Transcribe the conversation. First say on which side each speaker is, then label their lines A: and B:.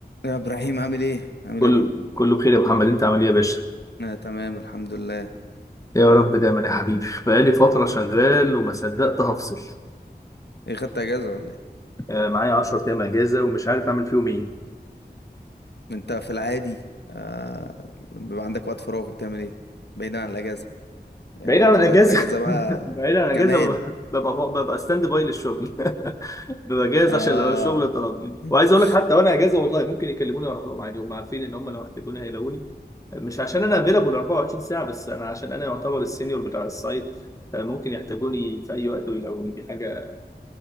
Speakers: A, on the left; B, on the left.
A: يا ابراهيم عامل ايه عامل
B: كل
A: ايه يا بوب
B: كله بخير يا محمد انت عامل ايه يا باشا
A: انا تمام الحمد لله
B: يا رب دايما يا حبيبي بقالي فتره شغال
A: انت
B: وما صدقت هفصل
A: ايه خدت اجازه ولا ايه
B: آه، معايا 10 ايام اجازه ومش عارف اعمل فيهم ايه
A: انت في العادي آه... لما بيبقى عندك وقت فراغ بتعمل ايه بعيدا عن الاجازه يعني
B: بعيد
A: انت
B: عن الاجازه
A: دلوقتي الاجازه بقى
B: <laughs> بعيد عن الاجازه
A: كمان
B: ببقى ببقى, ببقى ستاند باي للشغل <laughs> ببقى جاهز
A: اه
B: عشان لو الشغل طلبني
A: <laughs>
B: وعايز اقول لك حتى وانا اجازه والله ممكن يكلموني واروح لهم عادي هم عارفين ان هم لو احتاجوني هيلاقوني مش عشان انا افيلابل 24 ساعه بس انا عشان انا يعتبر السينيور بتاع السايت آه، ممكن يحتاجوني في اي وقت ويلاقوني دي حاجه